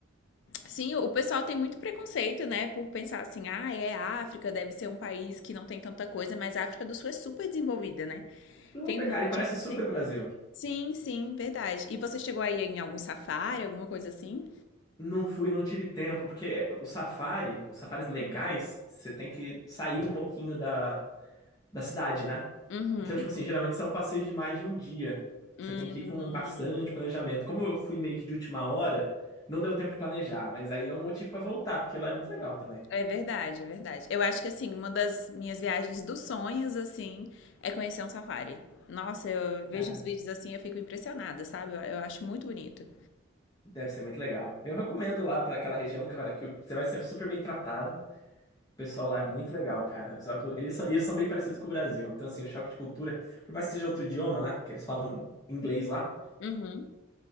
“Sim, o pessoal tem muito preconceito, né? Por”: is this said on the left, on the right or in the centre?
Left